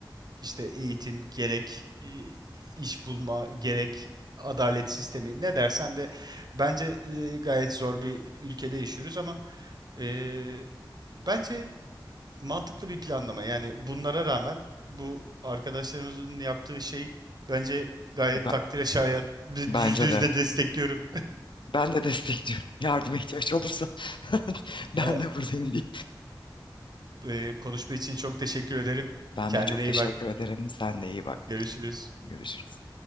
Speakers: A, on the right (about 55°); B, on the left (about 75°).
A: işte eğitim, gerek e, iş bulma, gerek adalet sistemi ne dersen de bence e, gayet zor bir ülkede yaşıyoruz ama e, bence mantıklı bir planlama. Yani bunlara rağmen bu arkadaşlarımızın yaptığı şey bence gayet
B: Be-
A: takdire şayan.
B: bence
A: Yüzde yüzde
B: de.
A: destekliyorum.
B: Ben de destekliyorum. <laughs> Yardıma ihtiyaç olursa <laughs> ben
A: <laughs>
B: de buradayım diye.
A: Ee, konuşma için çok teşekkür ederim.
B: Ben
A: Kendine
B: de çok
A: iyi
B: teşekkür
A: bak.
B: ederim. Sen de iyi bak.
A: Görüşürüz.
B: Görüşürüz.